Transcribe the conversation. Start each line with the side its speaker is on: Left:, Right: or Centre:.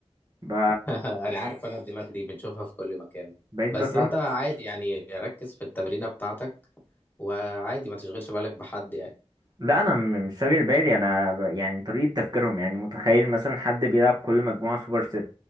Right: ب...
Left: <laughs> انا عارف انا الدماغ دي بنشوفها في كل مكان
Right: بقيت
Left: بس
Right: بتعصب
Left: انت عادي يعني ركز في التمرينه بتاعتك وعادي ما تشغلش بالك بحد يعني
Right: لا انا م- مش شاغل بالي انا ب- يعني طريقة تفكيرهم يعني متخيل مثلا حد بيلعب كل مجموعة سوبر ست